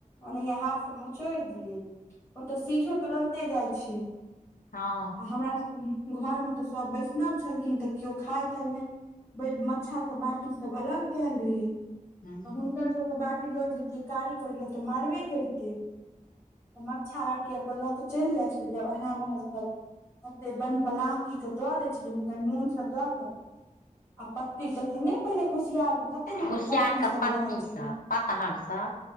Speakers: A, on the left (about 20°); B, on the left (about 85°).
A: ओनहिये हाथ सँ मचोड़ि दियै ओ तऽ सीझो तुरन्ते जाइ छै आ
B: हँ
A: हमरा सब घरमे तऽ सभ बैष्णव छलखिन तऽ केओ खााय ताय नहि मच्छा सब बाटी सब अलग कयल रहे
B: हूँ
A: तऽ हुनकरसभके बाटी लऽ जैतियै कारी करै लए तऽ मारबे करितै तऽ मच्छा राटी अपन लऽ के चलि जाइ छलियै उहे मे हम सब ओते बन पलांकी के दआ दै छलैख क नून सब द क आ पत्ती सब नहि पहिले कुसियार के कते लु
B: कुसियार
A: पति
B: के
A: सब
B: पत्ती
A: रहै छलै।
B: सब पतहर सब।